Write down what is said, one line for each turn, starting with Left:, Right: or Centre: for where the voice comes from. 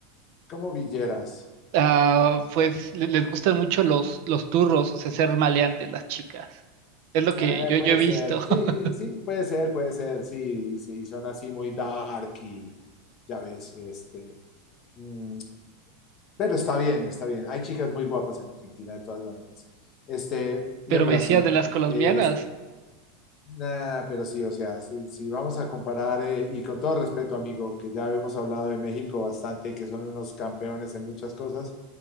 Left: como villeras.
Right: Ah, pues le- les gustan mucho los, los turros, o sea, ser maleantes las chicas. Es lo que
Left: Eh,
Right: yo, yo
Left: puede
Right: he visto,
Left: ser,
Right: <laughs>
Left: sí, sí, puede ser, puede ser, sí, sí, son así muy dark y, ya ves, este... mm, Pero está bien, está bien. Hay chicas muy guapas en Argentina, de todas maneras. Este, y
Right: pero
Left: en Brasil.
Right: me decía de las colombianas.
Left: Es, nah, pero sí, o sea, si, si vamos a comparar, eh, y con todo respeto, amigo, que ya hemos hablado de México bastante y que son unos campeones en muchas cosas,